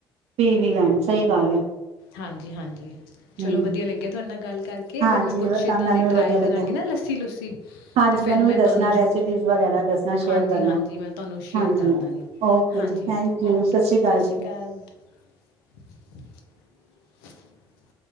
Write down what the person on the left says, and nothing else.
ਹਾਂਜੀ- ਹਾਂਜੀ, ਚਲੋ
ਵਧੀਆ ਲੱਗਿਆ ਤੁਹਾਡੇ ਨਾਲ ਗੱਲ ਕਰਕੇ
ਅਗਰ ਮੈਂ ਕੁਛ ਏਦਾਂ
ਦੀ
ਟਰਾਈ
ਕਰਾਂਗੀ ਨਾ ਲੱਸੀ ਲੁੱਸੀ
ਤੇ ਫਿਰ
ਮੈਂ
ਤੁਹਾਨੂੰ ਜਰੂਰ
ਹਾਂਜੀ
ਹਾਂਜੀ ਮੈਂ ਤੁਹਾਨੂੰ ਸ਼ੇਅਰ
ਕਰਦਾਂਗੀ
ਹਾਂਜੀ-
ਹਾਂਜੀ
ਓਕੇ
ਸਤਿ ਸ਼੍ਰੀ
ਅਕਾਲ। <unintelligible>